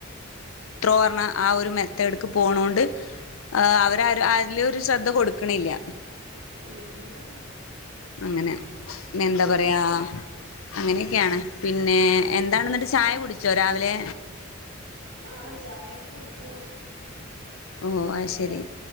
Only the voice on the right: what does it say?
ഉം
ആഹ് ചായൊക്കെ കുടിച്ചു
ഇവിടെ